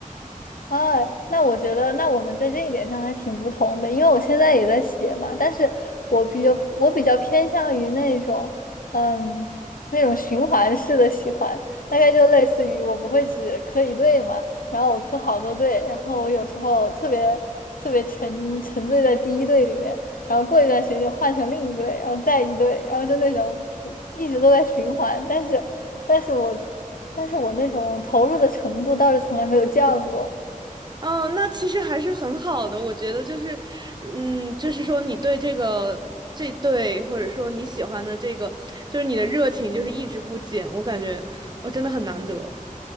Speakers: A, on the left; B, on the right.
A: 啊，那我觉得，那我们在这一点上还挺不同的，因为我现在也在写嘛，但是我比较我比较偏向于那种，嗯，那种循环式的喜欢，大概就类似于我不会只磕一对嘛，然后我磕好多对，然后我有时候特别特别沉沉醉在第一对里面，然后过一段时间就换成另一对，然后再一对，然后就那种不一直都在循环，但是但是我但是我那种投入的程度倒是从来没有降过。
B: 嗯，那其实还是很好的，我觉得就是，嗯，就是说你对这个这对，或者说你喜欢的这个，就是你的热情就是一直不减，我感觉我真的很难得。